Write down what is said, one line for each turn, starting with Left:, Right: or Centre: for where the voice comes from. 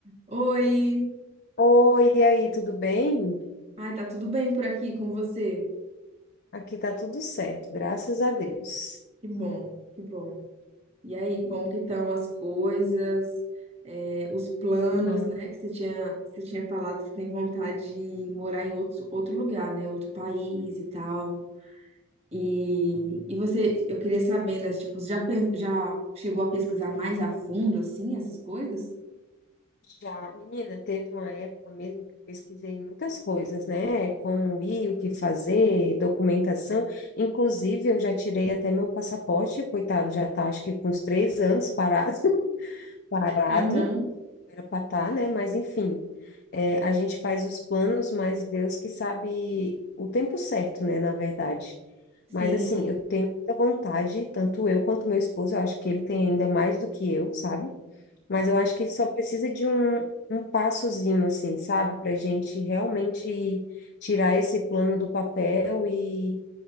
Right: Oi!
Left: Oi, e aí, tudo bem?
Right: Ai, tá tudo bem por aqui com você?
Left: Aqui tá tudo certo, graças a Deus.
Right: Que bom, que bom. E aí, como que estão as coisas, é, os planos,
Left: Ah,
Right: né? Que você tinha, você tinha falado que você tem vontade de morar em outro, outro lugar, né? Outro país e tal. E, e você, eu queria saber, né? Tipo, você já, pen- já chegou a pesquisar mais a fundo, assim, essas coisas?
Left: já, menina, teve uma época mesmo que eu pesquisei muitas coisas, né? Como ir, o que fazer, documentação. Inclusive, eu já tirei até meu passaporte, coitado, já tá acho que com uns três anos parado, <laughs> parado.
Right: Aham,
Left: era pra tá, né? Mas enfim, é, a gente faz os planos, mas Deus que sabe o tempo certo, né? Na verdade.
Right: sim.
Left: Mas assim, eu tenho muita vontade, tanto eu quanto meu esposo, eu acho que ele tem ainda mais do que eu, sabe? Mas
Right: Ah,
Left: eu acho que só precisa de um, um passozinho, assim, sabe? Pra gente realmente tirar esse plano do papel e,